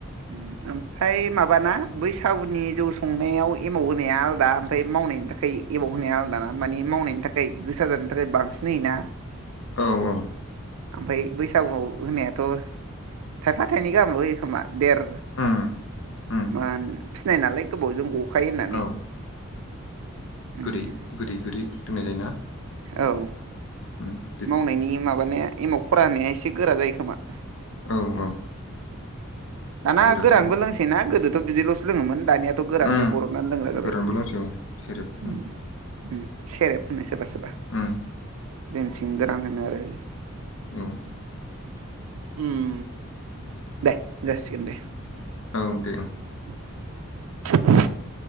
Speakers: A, on the right; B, on the left.
A: आ <inaudible> है माबाना बैसागुनि जौ संनायाव एमाव होनाया आलादा ओमफ्राय मावनायनि थाखाय- एमाव होनाया आलादाना माने मावनायनि थाखाय गोसा जानायनि थाखाय बांसिन होयोना-
B: औ औ!
A: ओमफ्राय बैसागुआव होनायाथ' थाइफा थाइनै गाहामल' होयो खोमा! देर
B: उम उम
A: मान फिनाय नालाय गोबावजों गखायो होननानै-
B: औ
A: उम
B: गोदै गोदै गोदै लोंनाय जायोना!
A: औ!
B: ओम-
A: मावनायनि माबानाया एमाव खरा होनाया एसे गोरा जायो खोमा!
B: औ औ!
A: दाना
B: गोरा
A: गोरानबो
B: जायो
A: लोंसैना गोदोथ' बिदिल'सो लोङोमोन दानियाथ' गोरानबो
B: उम
A: बर'ना लोंग्रा जाबाय!
B: गोरानबो लोंसै औ सेरेब उम
A: ओम ओम सेरेब होनो सोरबा -सोरबा!
B: उम
A: जोंथिं गोरान होनो आरो-
B: औ!
A: उम- दे जासिगोन दे!
B: औ दे ओङ-
A: <inaudible> <inaudible>